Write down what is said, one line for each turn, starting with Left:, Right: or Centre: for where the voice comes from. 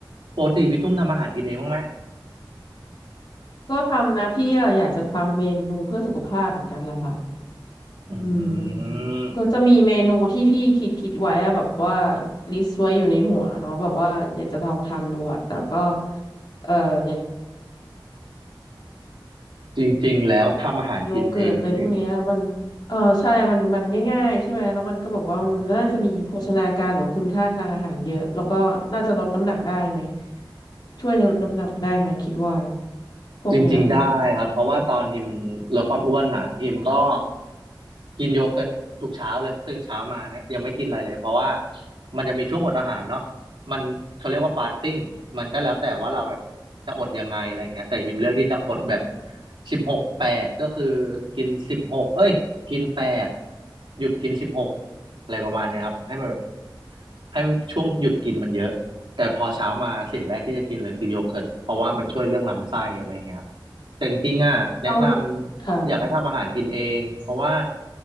Right: ปกติพี่ตุ้มทำอาหารกินเองบ้างไหม
Left: ก็ทำนะพี่อะอยากจะทำเมนูเพื่อสุขภาพเหมือนกันแหละค่ะ
Right: อืม
Left: อืมก็จะมีเมนูที่พี่คิดคิดไว้อะแบบว่าลิสต์ไว้อยู่ในหัวเนาะแบบว่าอยากจะลองทำดูอะแต่ก็เอ่ออย่าง
Right: จริงๆแล้วทำอาหารกินเองดิ
Left: โยเกิร์ตอะไรพวกเนี้ยมันเออใช่มันมันง่ายๆใช่ไหมแล้วมันก็แบบว่ามันน่าจะมีโภชนาการหรือว่าคุณค่าทางอาหารเยอะแล้วก็น่าจะลดน้ำหนักได้ไหม
Right: ใช่
Left: ช่วยลดน้ำหนักได้ไหมคิดว่าพวกเนี้ยค่ะ
Right: จริงๆได้ครับเพราะว่าตอนฮิมลดความอ้วนอ่ะฮิมก็กินโยเกิร์ตทุกเช้าเลยตื่นเช้ามาเนี่ยยังไม่กินอะไรเลยเพราะว่ามันจะมีช่วงอดอาหารเนาะมันเขาเรียกว่าฟาสติ้งมันก็แล้วแต่ว่าเราแบบจะอดยังไงอะไรอย่างเงี้ยแต่ฮิมเลือกที่จะอดแบบสิบหกแปดก็คือกินสิบหกเอ้ยกินแปดหยุดกินสิบหกอะไรประมาณเนี้ยครับให้มันแบบ ให้ช่วงหยุดกินมันเยอะแต่พอเช้ามาสิ่งแรกที่จะกินเลยคือโยเกิร์ตเพราะว่ามันช่วยเรื่องลำไส้อะไรเงี้ยครับแต่จริงๆอ่ะแนะนำอยากให้ทำอาหารกินเองเพราะว่า
Left: เราค่ะ